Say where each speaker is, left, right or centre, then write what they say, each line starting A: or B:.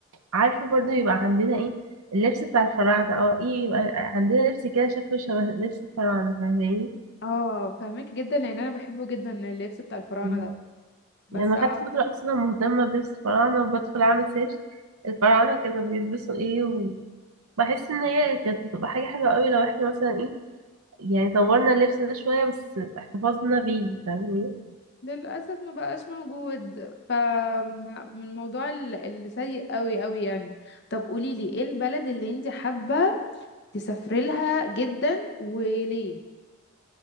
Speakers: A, on the right; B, on the left.
A: عارفه برضو يبقى عندنا ايه اللبس بتاع الفراعنه او ايه يبقى عندنا لبس كده شكله شبه لبس الفراعنه فاهماني
B: اه فهمك جدا لان انا بحبه جدا اللبس بتاع الفراعنة
A: مم.
B: ده بس
A: يعني انا
B: أعط...
A: خدت فتره اصلا مهتمه بلبس الفراعنه وبدخل اعمل سيرش الفراعنه كانوا بيلبسوا ايه وبحس ان هي كانت بتبقى حاجه حلوه قوي لو احنا مثلا ايه يعني طورنا اللبس ده شويه بس احتفظنا بيه فاهماني
B: للاسف ما بقاش موجود ف م- من الموضوع ال- اللي سيء قوي قوي يعني طب قولي لي ايه البلد اللي انت حابة تسافري لها جدا وليه